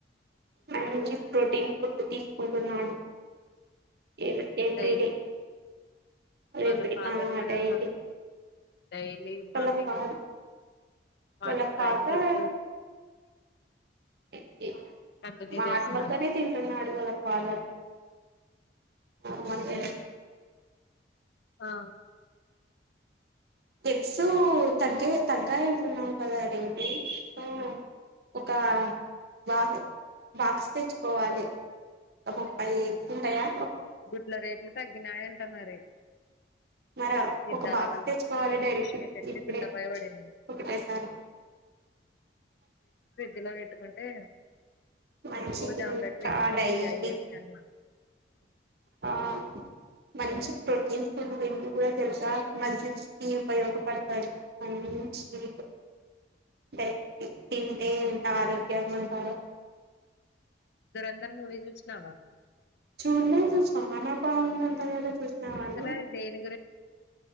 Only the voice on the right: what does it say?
మంచి ప్రోటీన్ ఫుడ్ తీస కొంటున్నాడు ఇకా ఎవ్రీడే
ఎవ్రీ
ఆ
డైలీ
వాళ్ళ
ఫా
వాళ్ళ ఫాదర్
ఎ ఏ
మార్మల్గానే
తింటున్నాడు వాళ్ళ ఫాదర్ అవున్లె
ఎగ్స్ తగ్గ తగ్గాయి ఉంటున్నాము కదా రేటు సో ఒక బా బాక్స్ తెచ్చుకోవాలె ఒక ముప్పై ఎగ్స్ ఉంటయా
మరి
ఒక బాక్స్
తెచ్చుకోవాలె డైరెక్ట్
ఇప్పుడే
ఒకటే సారి
మంచిది
ఇంకా
డైలీ
ఆ మంచి ప్రోటీన్స్ ఫుడ్ ఇ కూడా తెలుసా మజిస్ి ఉపయోగపడతారు మంచి ై తింటే ఎంత ఆరోగ్యంగా ఉంటారో
చూడ్లేదు చాన బాగుందంటగా చూసినావాన్ని